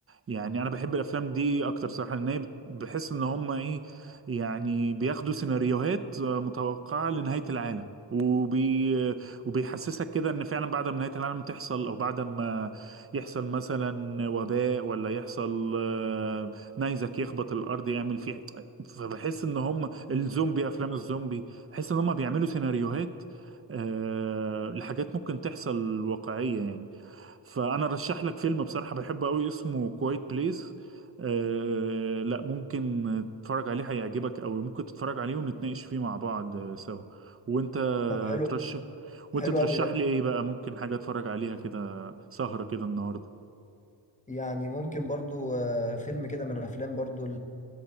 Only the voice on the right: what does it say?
يعني انا بحب الافلام دي اكتر صراحة لان هي بت- بحس ان هم ايه يعني بياخدوا سيناريوهات آه، متوقعة لنهاية العالم وبي آه، وبيحسسك كده ان فعلا بعد ما نهاية العالم تحصل او بعد ما يحصل مثلا وباء ولا يحصل آه، نيزك يخبط الارض يعمل فيه فبحس ان هم الزومبي افلام الزومبي بحيث ان هم بيعملوا سيناريوهات آه لحاجات ممكن تحصل واقعية يعني فانا رشح لك فيلم بصراحة بحبه قوي اسمه كوايت بليس آه لا ممكن تتفرج عليه هيعجبك قوي ممكن تتفرج عليه ونتناقش فيه مع بعض آه، سوا وانت
ترشح وانت
ترشح
لي ايه بقى ممكن حاجة اتفرج عليها كده سهرة كده النهاردة